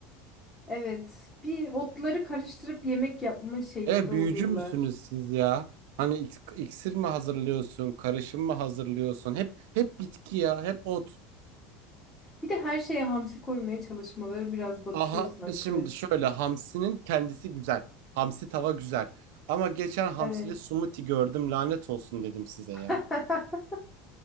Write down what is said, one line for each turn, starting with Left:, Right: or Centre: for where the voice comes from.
Left: Evet. Bir otları karıştırıp yemek yapma şeyinde
Right: E büyücü
Left: oluyorlar.
Right: müsünüz siz ya? Hani ik- iksir mi hazırlıyorsun, karışım mı hazırlıyorsun? Hep hep bitki ya, hep ot.
Left: Bir de her şeye hamsi koymaya çalışmaları biraz batırıyor
Right: Aha
Left: sanki.
Right: şimdi şöyle hamsinin kendisi güzel. Hamsi tava güzel. Ama geçen hamsili
Left: Evet.
Right: smoothie gördüm lanet olsun dedim size ya.
Left: <laughs>